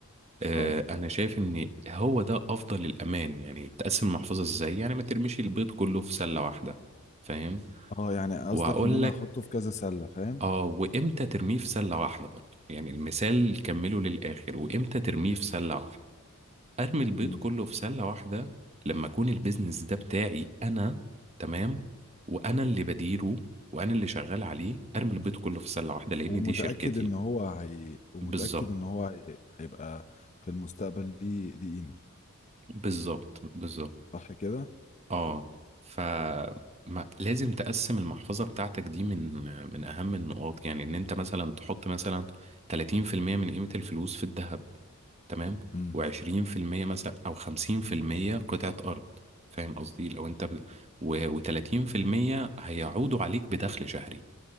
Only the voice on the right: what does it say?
آه
أنا شايف إن هو ده أفضل الأمان يعني تقسم المحفظة إزاي يعني ما ترميش البيض كله في سلة واحدة فاهم
وهقول
لك
آه وإمتى ترميه في سلة واحدة برضه يعني المثال كمله للآخر وإمتى ترميه في سلة واحدة ارمي البيض
كله في سله واحده لما اكون البيزنس ده بتاعي انا تمام وانا اللي بديره وانا اللي شغال عليه ارمي البيض كله في سله واحده لان
دي شركتي
بالظبط
بالظبط بالظبط
اه ف ما- لازم تقسم المحفظة بتاعتك دي من من أهم النقاط يعني إن أنت مثلا تحط مثلا 30% من قيمة الفلوس في الذهب تمام
و20% مثلا أو 50% قطعة أرض فاهم قصدي لو أنت ب... و... و30% هيعودوا عليك بدخل شهري